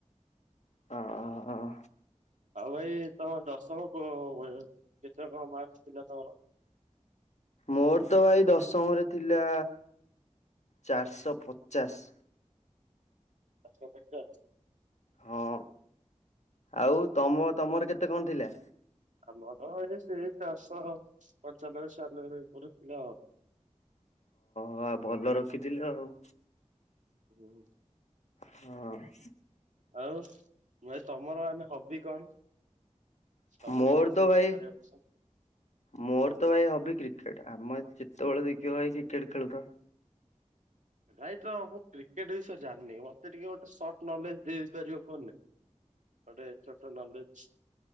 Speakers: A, on the left (about 65°); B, on the right (about 80°).
A: ହଁ ହଁ ହଁ।
B: ଆଉ ଭାଇ ତମ ଦଶମକୁ କେତେ କଣ ମାର୍କ ଥିଲା ତମର
A: ମୋର ତ ଭାଇ ଦଶମରେ ଥିଲା ଚାରିଶହ ପଚାଶ।
B: ଚାରିଶ ପଚାଶ
A: ହଁ ଆଉ ତମ ତମର କେତେ କଣ ଥିଲା?
B: ଆମର ତ ଏଇ ସେଇ ଚାରିଶହ ପଞ୍ଚାନବେ ଛୟାଲବେ ଉପରେ ଥିଲା ଆଉ।
A: ହଁ ଭଲ ରଖିଥିଲା ଆଉ।
B: ହୁଁ।
A: ହଁ।
B: ଆଉ ତମର ମାନେ ହବି କଣ? ତମକୁ
A: ମୋର
B: କୋଉ ଜିନିଷ
A: ତ ଭାଇ
B: କରିବାକୁ ପସନ୍ଦ?
A: ମୋର ତ ଭାଇ ହବି କ୍ରିକେଟ ଆମେ ଯେତବଳେ ଦେଖିବା ଭ କ୍ରିକେଟ ଖେଳୁଥା
B: ଭାଇ ତ ମୁଁ କ୍ରିକେଟ ବିଷୟରେ ଜାଣିନି ମତେ ଟିକେ ଗୋଟେ ସର୍ଟ ନଲେଜ ଦେଇପାରିବ କୁହନି ଗୋଟେ ଛୋଟ ନଲେଜ